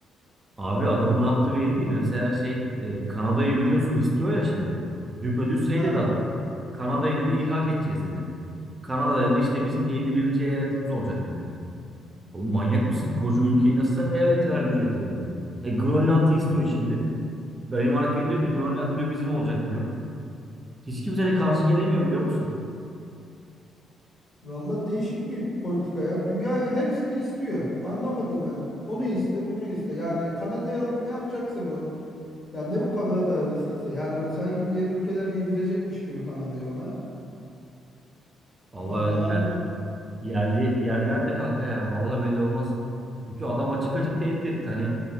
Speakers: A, on the right (about 25°); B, on the left (about 35°).
A: Abi adamın ne yaptığı belli değil. Mesela şey e, Kanada'yı biliyorsun istiyor ya şimdi. Düpedüz şey
B: <laughs> Ha?
A: dedi adam. Kanada'yı dedi ilhak edeceğiz dedi. Kanada dedi işte bizim 51. eyaletimiz olacak dedi. Oğlum manyak mısın? Koca ülkeyi nasıl sen eyaletin haline getirebiliyorsun? E Grönland'ı istiyor şimdi. Danimarka'ya diyor ki Grönland diyor bizim olacak diyor. Hiç kimse de karşı gelemiyor biliyor musun?
B: Valla değişik bir politika ya. Dünya hepsini istiyor. Anlamadım ben. Onu iste, bunu iste. Yani Kanada'yı alıp ne yapacaksa bu. Yani ne bu Kanada hevesiyse. Yani o sanki diğer ülkeler yedirecekmiş gibi Kanada'yı ona.
A: Vallahi
B: Vallahi
A: yer,
B: anlam.
A: yerli yerler de kanka ya vallahi belli olmaz. Çünkü adam açık açık tehdit etti. Hani